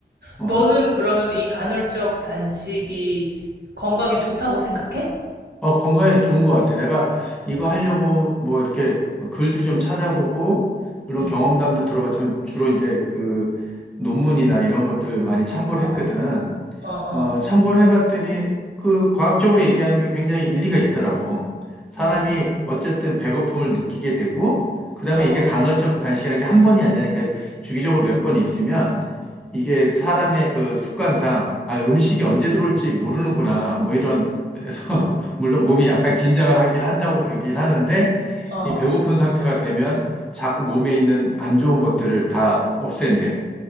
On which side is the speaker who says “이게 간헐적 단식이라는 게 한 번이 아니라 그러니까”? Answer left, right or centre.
Centre